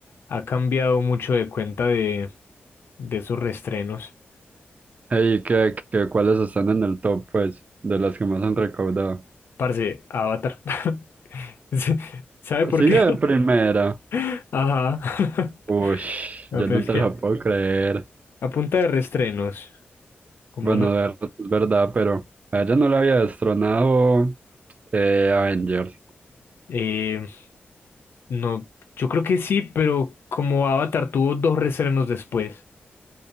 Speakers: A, on the left (about 70°); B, on the right (about 40°).
A: ha cambiado mucho de cuenta de, de esos reestrenos.
B: ¿Y ¿qué, qué, cuáles están en el top, pues, de las que más han recaudado?
A: Parce, Avatar. <laughs> Sí, ¿Sabe por
B: Sigue
A: qué?
B: de primera.
A: <laughs> Ajá. <laughs>
B: Uy,
A: No,
B: yo
A: pues
B: no te
A: es que
B: la puedo creer.
A: a punta de restrenos, ¿cómo
B: Bueno,
A: no?
B: ver- es verdad, pero a ella no la había destronado eh, Avengers.
A: Eh, no, yo creo que sí, pero como Avatar tuvo dos restrenos después.